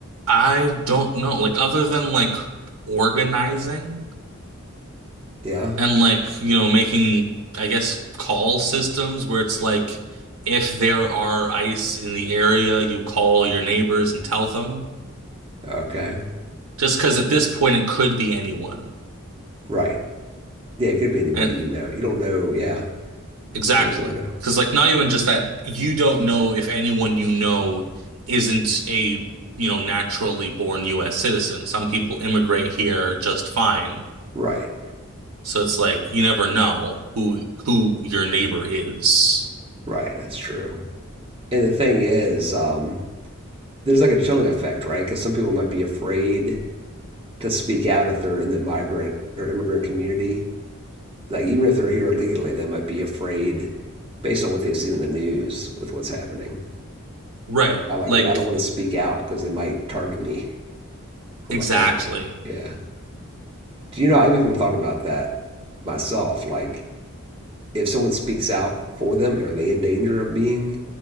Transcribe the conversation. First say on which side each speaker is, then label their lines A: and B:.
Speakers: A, on the right (about 85°); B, on the right (about 25°).
A: I don't know. Like other than like organizing
B: Yeah.
A: and like, you know, making I guess call systems where it's like if there are ice in the area, you call your neighbors and tell them.
B: Okay.
A: Just because at this point it could be anyone.
B: Right. Yeah, it could be anybody
A: And
B: you know. You don't know. Yeah.
A: exactly.
B: Yeah, you never know.
A: Because like not even just that you don't know if anyone you know isn't a, you know, naturally born US citizen. Some people immigrate here just fine
B: Right.
A: So it's like you never know who who your neighbor is.
B: Right. That's true. And the thing is, um, there's like a chilling effect, right? Because some people might be afraid to speak out if they're in the migrant or immigrant community. Like, even if they're here legally, they might be afraid based on what they've seen in the news with what's happening.
A: Right.
B: They might like
A: Like
B: think, I don't want to speak out because they might target me. or
A: exactly.
B: my family. Yeah. Do you know, I've even thought about that myself. Like, if someone speaks out for them, are they in danger of being